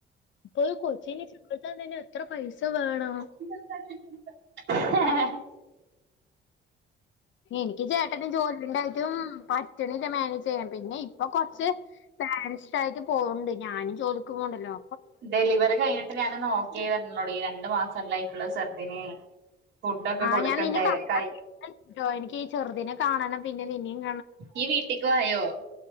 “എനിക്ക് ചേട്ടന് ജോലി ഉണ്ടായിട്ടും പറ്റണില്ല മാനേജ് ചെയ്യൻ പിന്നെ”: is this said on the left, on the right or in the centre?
Left